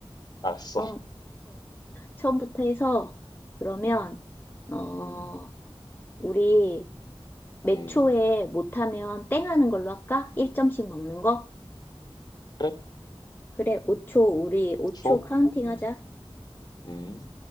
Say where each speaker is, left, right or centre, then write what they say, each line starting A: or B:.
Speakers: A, on the left (about 40°); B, on the left (about 20°).
A: 알았어.
B: 처음, 처음부터 해서, 그러면,
A: 음.
B: 어,
A: 음.
B: 우리 몇
A: 음.
B: 초에 못하면 땡 하는 걸로 할까? 1점씩 먹는 거?
A: 그래.
B: 그래, 5초, 우리
A: 오
B: 5초
A: 초
B: 카운팅
A: 음.
B: 하자.
A: 음.